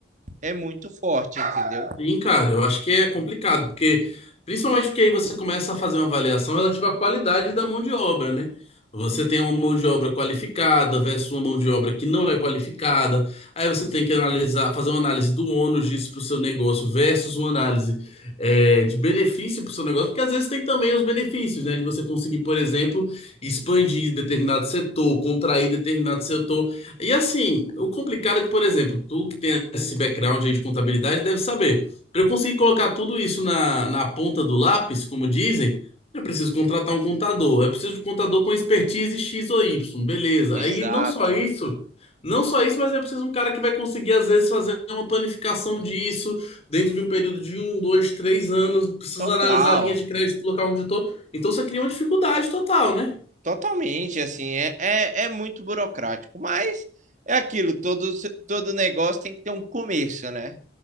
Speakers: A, on the right; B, on the left.
A: é muito forte, entendeu?
B: Sim, cara, eu acho que é complicado, porque principalmente porque aí você começa a fazer uma avaliação relativa à qualidade da mão de obra, né? Você tem uma mão de obra qualificada versus uma mão de obra que não é qualificada. Aí você tem que analisar, fazer uma análise do ônus disso para o seu negócio versus uma análise é, de benefício para o seu negócio, porque às vezes tem também os benefícios, né? De você conseguir, por exemplo, expandir determinado setor, contrair determinado setor. E assim, o complicado é que, por exemplo, tu que tem esse background aí de contabilidade deve saber. Para eu conseguir colocar tudo isso na, na ponta do lápis, como dizem, eu preciso contratar um contador. Eu preciso de um contador com expertise X ou Y, beleza.
A: Exato.
B: Aí não só isso, não só isso, mas eu preciso de um cara que vai conseguir, às vezes, fazer uma planificação disso dentro de um período de um, dois, três anos. Preciso
A: Total.
B: analisar a linha de crédito do local onde eu estou. Então você cria uma dificuldade total, né?
A: Totalmente, assim, é, é, é muito burocrático, mas é aquilo, todo, todo negócio tem que ter um começo, né?